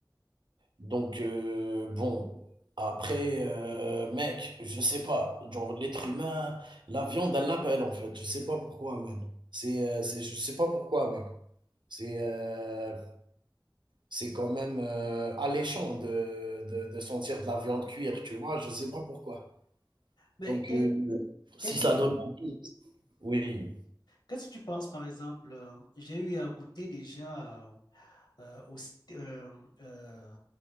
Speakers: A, on the right; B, on the left.
A: Donc, euh, bon, après, euh, mec, je sais pas. Genre, l'être humain, la viande, elle l'appelle, en fait. Je sais pas pourquoi, man. C'est, euh, c'est, je sais pas pourquoi, mec. C'est, euh, C'est quand même euh, alléchant de, de, de sentir de la viande cuire, tu vois? Je sais pas pourquoi.
B: Mais
A: Donc,
B: que-
A: heu, si
B: qu'est-ce que
A: ça
B: tu,
A: donne envie oui.
B: qu'est-ce que tu penses, par exemple? euh, J'ai eu à goûter déjà. euh, euh, au- st- euh, euh,